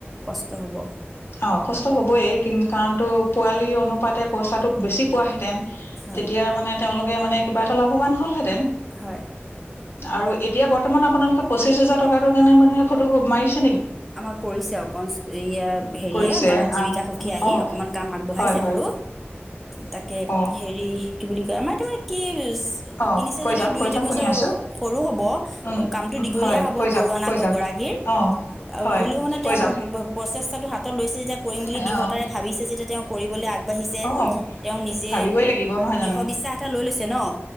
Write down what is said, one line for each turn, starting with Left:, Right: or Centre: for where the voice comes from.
Centre: কষ্ট হ'ব
Left: অ। কষ্ট হ'বই কাৰণতো পোৱালি অনুপাতে পইচাটো বেছি পোৱাহেঁতেন।
Centre: হয়
Left: তেতিয়া মানে তেওঁলোক। মানে কিবা এটাাভান হল হেতেন।
Centre: হয়।
Left: আৰু এতিয়া বৰ্তমান আপোনালোকে পচিচ। ত্ৰিছ হাজাৰ টকাৰটো কাৰণোনে। তোৰ সোমায়।
Centre: আমাৰ কৰিছে অকন ইয়াৰ হেৰিয়ে
Left: কৰিছে
Centre: আমাৰ জীৱিকা
Left: আহ
Centre: সুখী আহি
Left: অ'
Centre: অকমান কাম আগবঢ়াইছে
Left: হয় হয়
Centre: বাৰু, তাকে
Left: অ'
Centre: হেৰি কি বুলি কয় আমাৰ তোমাক কি
Left: অ'
Centre: কিনিছে
Left: কৈ
Centre: যদিও
Left: যাওক
Centre: দুই
Left: কৈ যাওক
Centre: তিমছৰ
Left: শুনি আছো
Centre: সৰু হ'ব
Left: উম
Centre: কামটো দীঘলীয়া
Left: হয়
Centre: হ'ব
Left: কৈ
Centre: গৰু
Left: যাওক
Centre: আনা
Left: কৈ যাওক
Centre: গৰাকীৰ।
Left: অ'
Centre: আৰু
Left: হয়
Centre: হ'লেও মানে
Left: কৈ
Centre: তেওঁ
Left: যাওক
Centre: প্ৰচেষ্টাটো হাতত লৈছে যেতিয়া কৰিম বুলি
Left: অ'
Centre: দৃঢ়তাৰে ভাবিছে যেতিয়া তেওঁ কৰিবলৈ আগবাঢ়িছে,
Left: অ'
Centre: তেওঁ নিজে
Left: ভাবিবই লাগিব নহয়
Centre: দৃঢ়বিশ্বাস
Left: জানো
Centre: এটা লৈ লৈছে। ন'